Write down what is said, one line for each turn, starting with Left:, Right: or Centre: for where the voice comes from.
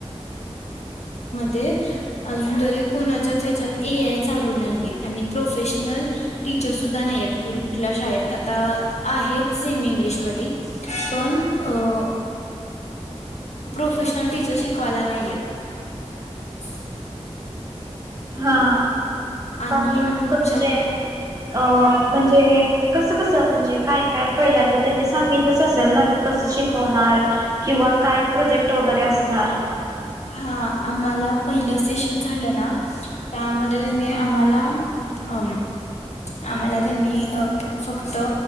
Left: ते अजुन तरी कोणाच्या यांच्यात ए आय चली चालू नहिए आणि प्रोफेशनल टीचर सुुद्धा नाही आहेत कुठल्या शाळेत आता आहेत सेमि इंग्लिशमध्ये पण अ प्रोफेशनल टीचर शिकवायला नाहीयेत <inaudible>
Right: हा
Left: आणि
Right: बाकी मग
Left: आमच्या
Right: म्हणजे अ म्हणजे कस कस म्हणजे काय काय पहिल्यांदा तीनि सांगितलंच असेल ना की कस शिकवणार किंवा काय प्रोजेक्ट वगैरे असणार,
Left: हा आम्हाला पहिलं सेशन झालं ना त्या मध्ये त्यानी आम्हाला अम आम्हाला त्यांनी फक्त